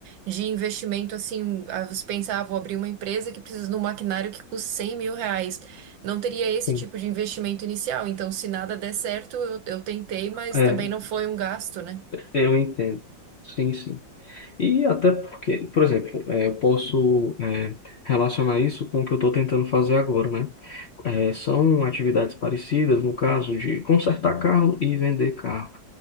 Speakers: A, on the right; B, on the left.
A: de investimento assim, ah, você pensa, ah, vou abrir uma empresa que precisa de um maquinário que custe cem mil reais não teria esse
B: Sim.
A: tipo de investimento inicial. Então, se nada der certo, eu, eu tentei, mas
B: É,
A: também não foi um gasto, né?
B: eu entendo. Sim, sim. E até porque, por exemplo, eh, eu posso eh, relacionar isso com o que eu estou tentando fazer agora, né? Eh, são atividades parecidas, no caso de consertar carro e vender carro.